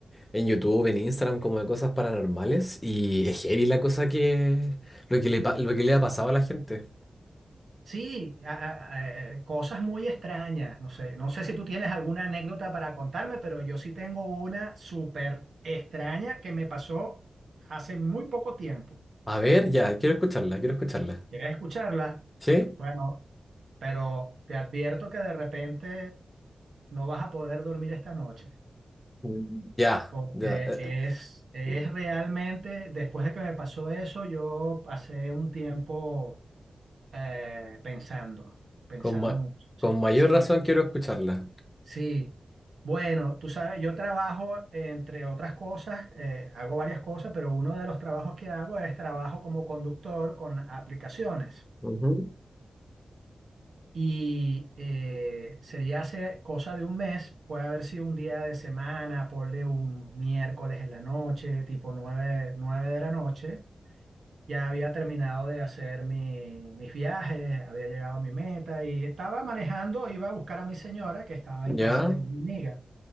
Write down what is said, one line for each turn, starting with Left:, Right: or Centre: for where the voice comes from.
Left: en YouTube, en Instagram, como de cosas paranormales, y es heavy la cosa que lo que le, pa- lo que le ha pasado a la gente.
Right: Sí, a- a- eh, cosas muy extrañas. No sé, no sé si tú tienes alguna anécdota para contarme, pero yo sí tengo una súper extraña que me pasó hace muy poco tiempo.
Left: A ver, ya, quiero escucharla, quiero escucharla.
Right: ¿Quieres escucharla?
Left: ¿Sí?
Right: Bueno, pero te advierto que de repente no vas a poder dormir esta noche.
Left: Mm. Ya,
Right: Porque
Left: ya. eh,
Right: es, es
Left: eh,
Right: realmente, después de que me pasó eso, yo pasé un tiempo eh, pensando, pensando
Left: Con, ma-
Right: mucho. Sí,
Left: con mayor
Right: sí,
Left: razón quiero escucharla.
Right: sí. Bueno, tú sabes, yo trabajo, entre otras cosas, eh, hago varias cosas, pero uno de los trabajos que hago es trabajo como conductor con aplicaciones.
Left: Ujú.
Right: Y eh, sería hace cosa de un mes, puede haber sido un día de semana, ponle un miércoles en la noche, tipo nueve nueve de la noche. Ya había terminado de hacer mi- mis viajes, había llegado a mi meta y estaba manejando, iba a buscar a mi señora que estaba en
Left: Ya,
Right: casa de una amiga.